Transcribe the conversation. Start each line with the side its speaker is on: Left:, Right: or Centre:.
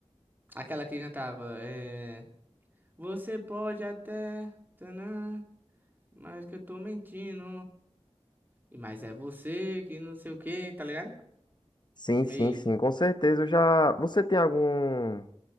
Right: Aquela que cantava. É... Você pode até. Tanã, mas que eu tô mentindo. E Mas é você que não sei o que, tá ligado?
Left: Sim,
Right: Meio.
Left: sim, sim, com certeza. Eu já. Você tem algum.